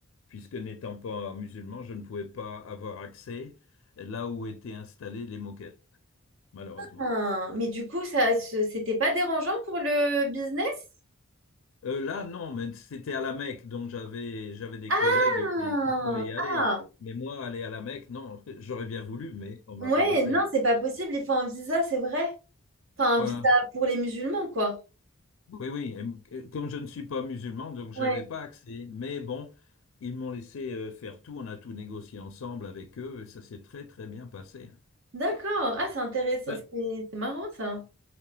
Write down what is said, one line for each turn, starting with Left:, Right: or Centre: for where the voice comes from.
Left: puisque n'étant pas musulman, je ne pouvais pas avoir accès là où étaient installées les moquettes, malheureusement.
Right: Ah, mais du coup, ça, ce- c'était pas dérangeant pour le business?
Left: Euh, là, non, mais c'était à la Mecque, donc j'avais, j'avais des
Right: Ah,
Left: collègues qui, qui pouvaient y aller.
Right: ah,
Left: Mais moi, aller à la Mecque, non, <laughs> j'aurais bien voulu, mais on m'a
Right: ouais,
Left: pas laissé.
Right: non, c'est pas possible. Il faut un visa, c'est vrai. Enfin, un
Left: Voilà.
Right: visa pour les musulmans, quoi.
Left: Oui, oui, et m- et comme je ne suis pas musulman, donc
Right: Ouais,
Left: j'avais pas accès. Mais bon, ils m'ont laissé euh, faire tout, on a tout négocié ensemble avec eux, et ça s'est très très bien passé. hein.
Right: d'accord. Ah, c'est intéressant.
Left: C'est Un
Right: C'est c'est marrant, ça.